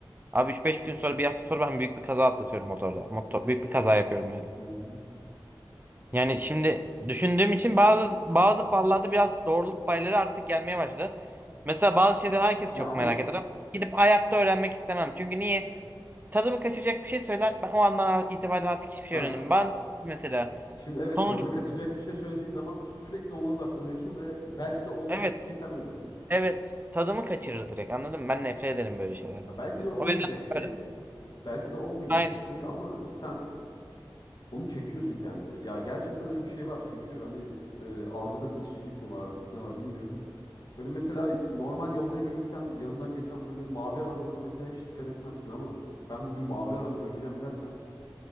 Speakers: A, on the right (about 20°); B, on the left (about 55°).
A: Abi üç beş gün sonra bir hafta sonra ben büyük bir kaza atlatıyorum motorda. Motor, büyük bir kaza yapıyorum yani.
B: Hı hı.
A: Yani şimdi düşündüğüm için bazı bazı fallarda biraz doğruluk payları artık gelmeye başladı. Mesela bazı şeyler herkes
B: Ya
A: çok
B: ama
A: merak
B: şu-
A: eder ama gidip
B: şu-
A: hayatta öğrenmek istemem. Çünkü niye? Tadımı kaçacak bir şey söyler. Ben o andan itibaren artık hiçbir şey
B: ha,
A: öğrenemem. Ben mesela
B: şimdi evet
A: sonuç
B: tadını kaçacak bir şey söylediği zaman sürekli ona odaklanıyorsun ve belki de olmayacak
A: evet
B: bir şey sen olduruyorsun.
A: evet tadımı kaçırır direkt anladın
B: Hı
A: mı?
B: hı.
A: Ben nefret ederim böyle şeylerden.
B: Ya
A: O
B: belki
A: yüzden
B: de olmayacak
A: O yüzden
B: bir şey,
A: öyle.
B: belki de olmayacak
A: Aynen.
B: bir şey ama e, sen onu çekiyorsun kendine. Ya gerçekten öyle bir şey var çünkü hani e, algıda seçicilik mi var artık ne var bilmiyorum. Böyle mesela normal yolda yürürken yanından geçen böyle mavi arabaları mesela hiç dikkat etmezsin ama ben bugün mavi araba göreceğim dersen